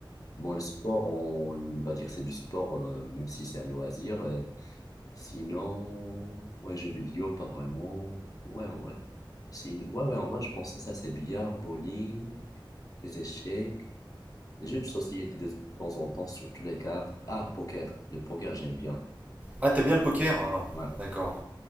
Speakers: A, on the left; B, on the right.
A: Bon, le sport, on va dire c'est du sport, euh, même si c'est un loisir. euh, sinon, ouais, jeux vidéo, pas vraiment. Ouais, en vrai. Sin- Ouais, ouais, en vrai, je pensais ça, c'est billard, bowling, les échecs. Les jeux de société de temps en temps, surtout les cartes. Ah, poker. Le poker, j'aime bien.
B: Ah, t'aimes bien le poker? hein
A: Ouais.
B: D'accord.